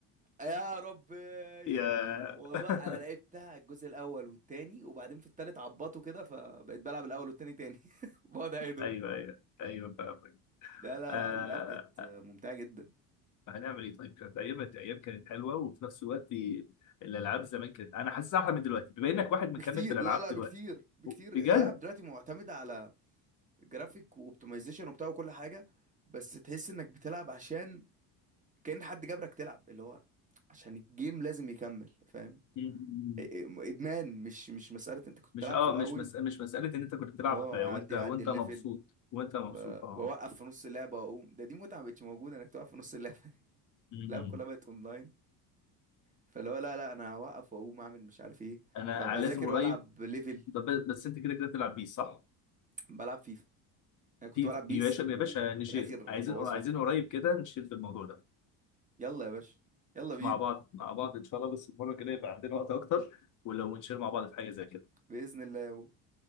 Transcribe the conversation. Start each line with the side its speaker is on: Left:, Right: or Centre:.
Right: يا ربي
Left: يا
Right: والله
Left: <laughs>
Right: انا لعبتها الجزء الاول والتاني وبعدين في التالت عبطوا كده فبقيت بلعب الاول والتاني تاني <laughs> بقعد اعيدهم
Left: ايوه ايوه ايوه فاهمك
Right: لا لا
Left: آه...
Right: لا اللعب كانت ممتعة جدا
Left: هنعمل ايه طيب كانت ايام الايام كانت حلوه وفي نفس الوقت الالعاب زمان كانت انا حاسسها احلى من دلوقتي بما انك واحد
Right: بكتير
Left: مكمل في الالعاب
Right: لا لا
Left: دلوقتي
Right: بكتير بكتير
Left: بجد
Right: اللعب دلوقتي معتمد على جرافيك واوبتمايزيشن وبتاع وكل حاجة بس تحس انك بتلعب عشان كأن حد جبرك تلعب اللي هو عشان الجيم لازم يكمل فاهم
Left: م-
Right: إ- إ- ادمان مش مش مسألة انت كنت
Left: مش
Right: بتلعب
Left: اه
Right: في الاول
Left: مش مس... مش مساله ان انت كنت بتلعب
Right: اه
Left: وانت
Right: اعدي
Left: وانت
Right: اعدي الليفل
Left: مبسوط وانت
Right: و-
Left: مبسوط اه
Right: واوقف في نص اللعبه واقوم ده دي متعه مبقتش موجوده انك توقف في نص اللعبه <laughs>
Left: م-
Right: اللعبه
Left: م.
Right: كلها بقت اونلاين فاللي هو لا لا انا هوقف واقوم اعمل مش عارف ايه
Left: انا
Right: طب هذاكر
Left: لازم قريب
Right: والعب ليفل
Left: طب بس انت كده كده بتلعب بيه صح
Right: بلعب فيفا انا كنت
Left: في
Right: بلعب بيس
Left: يا باشا يا
Right: و...
Left: باشا نشيل
Right: وفي الاخر
Left: عايزين
Right: بوظوها
Left: عايزين قريب كده نشيل في الموضوع ده
Right: يلا يا باشا يلا بينا
Left: مع بعض مع بعض ان شاء الله بس المره كده يبقى عندنا وقت اكتر ولو نشيل مع بعض في حاجه زي كده
Right: باذن الله يا بابا.